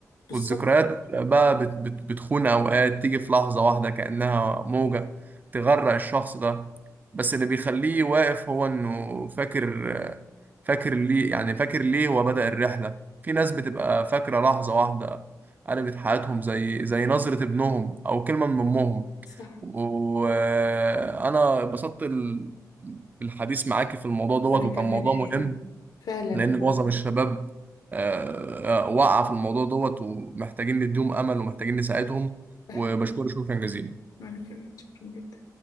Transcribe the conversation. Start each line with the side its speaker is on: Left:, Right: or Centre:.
Left: بالظبط
Right: والذكريات بقى بت بت بتخون أوقات تيجي في لحظة واحدة كأنها موجة تغرق الشخص ده بس اللي بيخليه واقف هو إنه فاكر فاكر ليه يعني فاكر ليه هو بدأ الرحلة في ناس بتبقى فاكرة لحظة واحدة قلبت حياتهم زي زي نظرة ابنهم أو كلمة من أمهم
Left: صح
Right: وأنا اتبسطت ال- بالحديث معاكي في الموضوع دوت
Left: أنا
Right: وكان
Left: كمان
Right: موضوع
Left: حقيقي
Right: مهم
Left: فعلا
Right: لان
Left: فعلا
Right: معظم الشباب آه، آه، وقع في الموضوع دوت ومحتاجين نديهم امل ومحتاجين نساعدهم
Left: ده
Right: وبشكرك
Left: حقيقي
Right: شكرا جزيلا
Left: وأنا كمان شكرا جدا